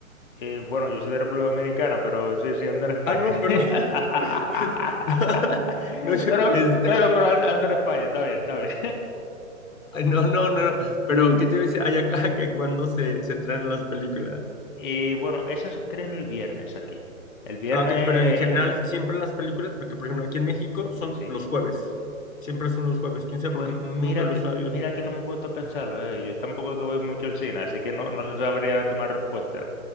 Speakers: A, on the left; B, on the left.
A: Eh, bueno, yo soy de República Dominicana, pero sí, sí, ando en España.
B: Ah, no,
A: <laughs>
B: perdón. <laughs> Pues, <laughs> no, yo-
A: Pero,
B: este,
A: no, no, pero an- ando en España, está bien, está bien.
B: ay, no, no, no. no, Pero,
A: <laughs>
B: ¿qué te iba a decir? Allá, <laughs> que ¿cuándo se, se estrenan las películas?
A: Y bueno, esa se estrena el viernes aquí. El viernes,
B: Ah, ok. Pero en general, siempre las películas, porque, por ejemplo, aquí en México son
A: sí.
B: los jueves. Siempre son los jueves. ¿Quién sabe
A: Pues
B: por qué?
A: mira
B: Nunca lo
A: que,
B: he sabido.
A: mira que no me he puesto a pensarlo, eh. Yo tampoco es que voy mucho al cine, así que no, no sabría darte una respuesta.